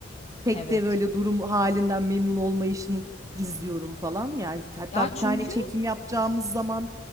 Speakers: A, on the right; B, on the left.
A: Pek
B: Evet.
A: de böyle durum halinden memnun olmayışını izliyorum falan. Yani hatta
B: Ya
A: bir
B: çünkü
A: tane çekim yapacağımız zaman